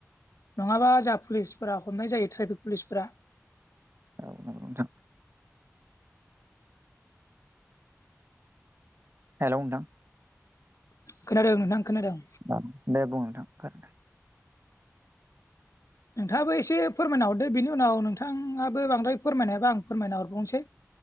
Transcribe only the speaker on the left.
नङाबा जाहा पुलिसफोरा हमनाय जायो ट्रेफिक पुलिसफोरा।
खोनादों नोंथां खोनादों।
नोंथाङाबो एसे फोरमायना हरदो बिनि उनाव नोंथाङाबो बांद्राय फोरमायनो हायाबा आं फोरमायना हरबावनोसै।